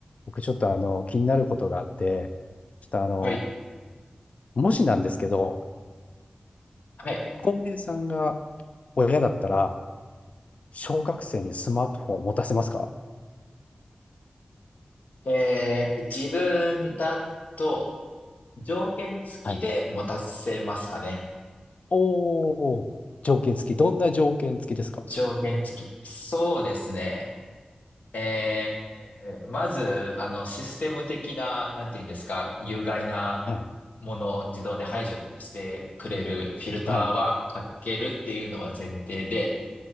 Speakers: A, on the left (about 60°); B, on the left (about 80°).
A: 僕ちょっとあの、気になることがあって、ちょっとあの、
B: はい。
A: もしなんですけど、
B: はい。
A: 浩平さんが親だったら、小学生にスマートフォンを持たせますか
B: えー、自分だと、条件付きで持たせますかね。
A: はい。おー、条件付き。どんな条件付きですか
B: 条件付き。そうですね。えー、まず、あの、システム的な、なんていうんですか、有害な
A: はい。
B: ものを自動で排除してくれるフィルターはかけるっていうのは前提で、
A: はい。